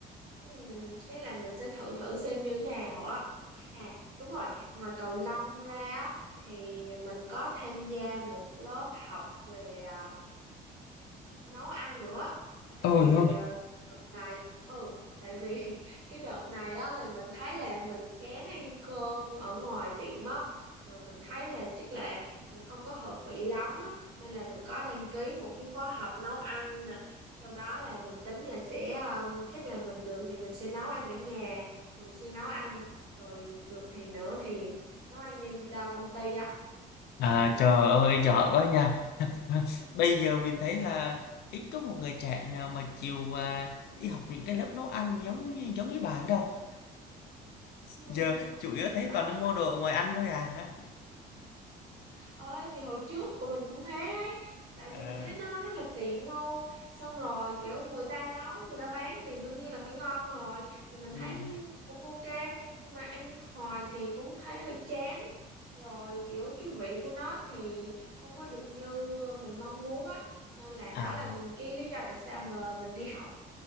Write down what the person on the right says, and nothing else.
hmm, chắc là mình sẽ thử thử xem như thế nào á à đúng rồi ngoài cầu lông ra á, thì mình có tham gia một lớp học về à, nấu ăn nữa tại
vì
ờ, cái đợt này ừ tại vì <laughs> cái đợt này á là mình thấy là mình chán ăn cơm ở ngoài tiệm á rồi mình thấy là chắc là mình không có hợp vị lắm á nên là mình có đăng ký một cái khóa học nấu ăn nè sau đó là mình tính là sẽ ờ, chắc là mình được thì mình sẽ nấu ăn ở nhà thường xuyên nấu ăn rồi được thì nữa thì nấu ăn đem cho công ty á
ừ,
vậy
thôi.
ơi thì hồi trước của mình cũng thế ấy tại
vì mình thấy nó rất là tiện luôn xong rồi kiểu người ta nấu người ta bán thì đương nhiên là phải ngon rồi thì mình
thấy cũng ok nhưng mà ăn hoài thì cũng thấy hơi chán rồi kiểu cái vị của nó thì không có được như mình mong muốn á nên là đó
là cái lý do tại sao mà mình đi học